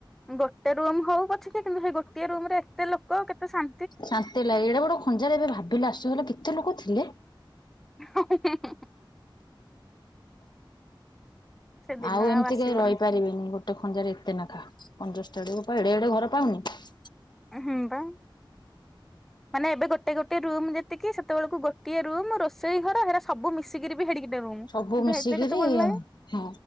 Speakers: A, in the centre; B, on the left (about 60°).
A: ଗୋଟେ ରୁମ୍ ହଉ ପଛେକେ କିନ୍ତୁ ହେଇ ଗୋଟିଏ ରୁମ୍ ରେ ଏତେ ଲୋ କ କେତେ ଶା
B: ଶାନ୍ତି ଲାଗେ ଏଡେ ବଡ ଖଞ୍ଜାରେ ଏବେ ଭାବିଲେ ଆଶ୍ଚର୍ଯ୍ୟ ଲାଗେ କେତେ ଲୋକ ଥିଲେ।
A: ହଁ ହଁ ହଁ ହଁ ହଁ। ସେ ଦିନ
B: ଆଉ ଏମିତି
A: ଆସିବନି
B: କେହି ରହିପାରିବିନି ଗୋ ଟ ଖଞ୍ଜାରେ ଏତେ ନେଖା କଙ୍କଷ୍ଟବଡେକୁ ପା ଏଡେ ଏଡେ ଘର ପାଉନି <unintelligible>
A: ହୁ ବା ମାନେ ଏବେ ଗୋଟେ ଗୋଟେ ରୁମ ଯେତିକି ସେତେବେଳକୁ ଗୋଟଏ ରୁମ ରୋଷେଇ ଘର ହେରା ସବୁ ମିଶିକି ବି ହେଡିକି ଗୋଟେ ରୁମ
B: ସବୁ
A: କିନ୍ତୁ
B: ମିଶିକିରି
A: ହେଇଥିରେ କେତେ ଭଲ ଲାଗେ
B: ହଁ